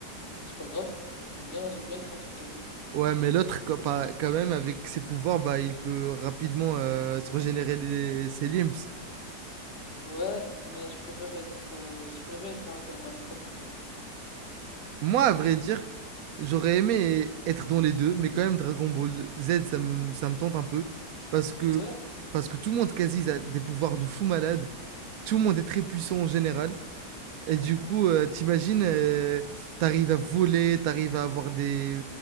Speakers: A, on the left; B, on the right.
A: C'est pas grave. J'aime bien, j'aime bien être handicapé.
B: Ouais, mais l'autre, quand pas- quand même, avec ses pouvoirs, bah, il peut rapidement euh, se régénérer les- ses limbs.
A: Ouais, mais je préfère être, euh, je préfère être un Ackerman, je vais pas te mentir.
B: Moi, à vrai dire, j'aurais aimé être dans les deux, mais quand même, Dragon Ball Z, ça me, ça me tente un peu. Parce que,
A: C'est vrai?
B: parce que tout le monde, quasi, a des pouvoirs de fou malade. Tout le monde est très puissant en général. Et du coup, euh, t'imagines, euh, t'arrives à voler, t'arrives à avoir des...